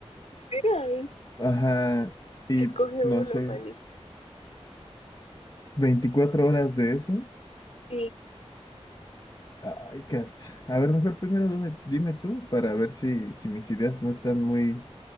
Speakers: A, on the left; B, on the left.
A: Mira, es-
B: Ajá, y
A: escoge
B: no
A: uno,
B: sé,
A: Juani.
B: 24 horas de eso.
A: Sí.
B: Ay, Kat. A ver, mejor primero dime, dime tú para ver si, si mis ideas no están muy